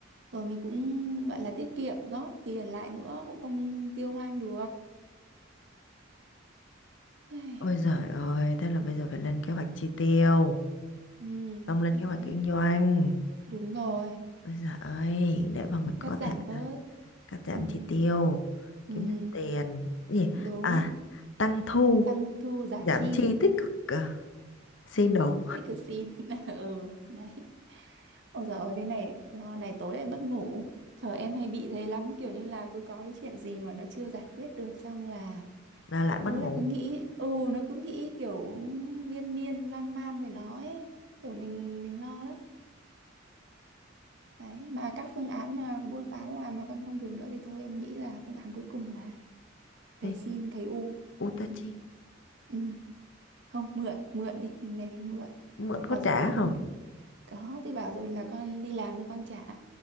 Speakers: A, on the right; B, on the left.
A: Rồi mình cũng gọi là tiết kiệm góp tiền lại nữa cũng không tiêu hoang được. Ai,
B: ôi giời ơi thế là bây giờ phải lên kế hoạch chi tiêu
A: Ừ,
B: xong lên
A: đấy.
B: kế hoạch kinh doanh
A: Đúng rồi.
B: ôi giời ơi để mà mình có
A: Cắt giảm
B: thể
A: bớt.
B: là cắt giảm
A: Ừ,
B: chi tiêu
A: ừ,
B: kiếm được tiền gì
A: đúng.
B: à tăng thu
A: Tăng thu giảm
B: giảm
A: chi.
B: chi tích cực à, xin đồ
A: Dickerson <laughs> ừ đấy ôi giời ơi thế này lo này tối em mất ngủ trời em hay bị thế lắm kiểu như là cứ có cái chuyện gì mà nó chưa giải quyết được xong là
B: là lại mất
A: tối
B: ngủ
A: là cứ nghĩ ừ nó cứ nghĩ kiểu miên miên lan man về nó ấy kiểu mình mình lo lắm đấy mà các phương án mà buôn bán làm mà còn không được nữa thì thôi em nghĩ là phương án cuối cùng là về
B: Đi,
A: xin thầy U
B: Utachi
A: ừ. ừ. không mượn mượn đi mình về mình mượn
B: mượn
A: và
B: có
A: rồi
B: trả
A: con
B: không
A: Có, thì bảo rồi là con đi làm rồi con trả.